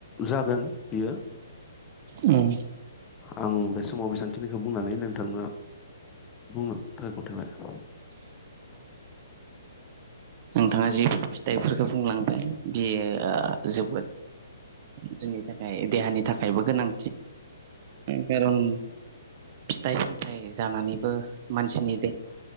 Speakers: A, on the left (about 20°); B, on the right (about 40°).
A: जागोन बियो‌।
B: उम
A: आं बे समाव बेसेबांखिनिखौ बुंनानै नोंथांनो बुंनो थाखाय गथायबाय
B: नोंथाङा जिफोर फिथाइफोरखौ बुंलांबाय बियो जोबोद जोंनि थाखाय देहानि थाखायबो गोनां खारन फिथाइ सामथाय जानानै बो मानसिनि